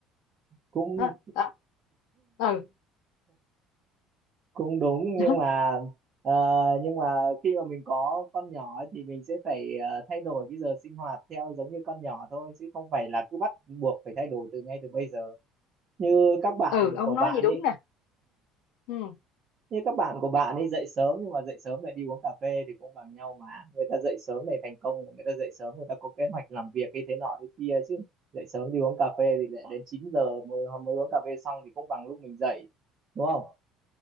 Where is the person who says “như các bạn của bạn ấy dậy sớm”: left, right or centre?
Right